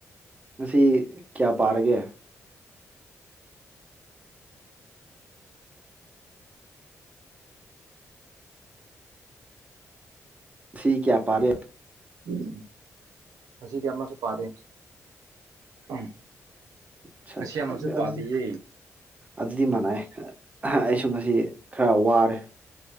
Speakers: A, on the right; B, on the right.
A: ꯉꯁꯤ ꯀꯌꯥ ꯄꯥꯔꯒꯦ ꯀꯌꯥ ꯄꯥꯔꯦ
B: ꯎꯝ ꯉꯁꯤꯗꯤ ꯑꯃꯁꯨ ꯄꯥꯗꯦ ꯎꯝ
A: ꯑꯆꯥ
B: ꯉꯁꯤ
A: ꯑꯆꯥ
B: ꯑꯃꯁꯨ
A: ꯑꯗꯨ
B: ꯄꯥꯗꯤꯌꯦ
A: ꯑꯗꯨꯗꯤ ꯑꯗꯨꯗꯤ ꯃꯅꯥꯏ ꯑꯩꯁꯨ ꯉꯁꯤ ꯈꯔ ꯋꯥꯔꯦ